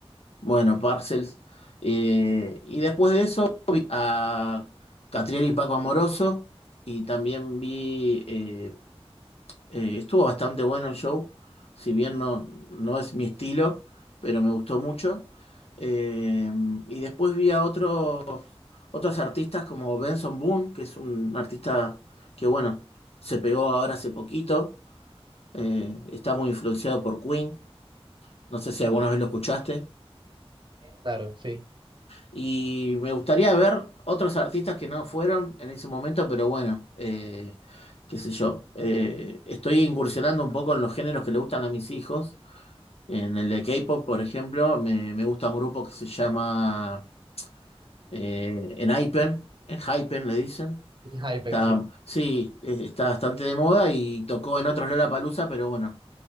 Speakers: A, on the left; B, on the right.
A: Bueno, Parcels. eh, y después de eso vi a Catriel y Paco Amoroso y también vi, eh, eh, estuvo bastante bueno el show, si bien no, no es mi estilo, pero me gustó mucho. Eh, y después vi a otro Otros artistas como Benson Boone, que es un artista que, bueno, se pegó ahora hace poquito, eh, está muy influenciado por Queen, no sé si alguna vez lo escuchaste,
B: claro, sí.
A: y me gustaría ver otros artistas que no fueron en ese momento, pero bueno, eh, qué sé yo, eh, estoy incursionando un poco en los géneros que le gustan a mis hijos, en el de K-pop, por ejemplo, me, me gusta un grupo que se llama eh, Enhypen, Enhypen le dicen
B: El Hypen,
A: Está,
B: sí.
A: sí, eh, está bastante de moda y tocó en otros Lollapalooza, pero bueno,